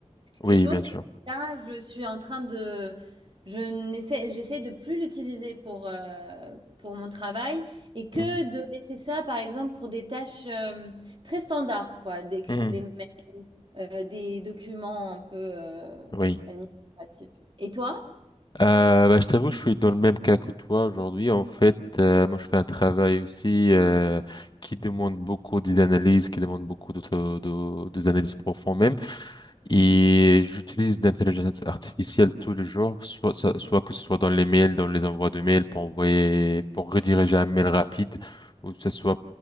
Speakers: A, on the left; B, on the right.
A: Oui,
B: Et donc,
A: bien sûr.
B: là, je suis en train de... Je n'essaie, j'essaie de plus l'utiliser pour, euh, pour mon travail et que
A: Mhm,
B: de laisser ça, par exemple, pour des tâches euh, très standards, quoi, d'écrire
A: mhm.
B: des mails, euh, des documents un peu euh,
A: Oui.
B: administratifs. Et toi?
A: Euh, bah, je t'avoue, je suis dans le même cas que toi aujourd'hui. En fait, euh, moi, je fais un travail aussi euh, qui demande beaucoup d'analyse, qui demande beaucoup d'autres- de, des analyses profondes même. Et j'utilise l'intelligence artificielle tous les jours, soit, ça- soit que ce soit dans les mails, dans les envois de mails pour envoyer, pour rediriger un mail rapide, ou que ce soit,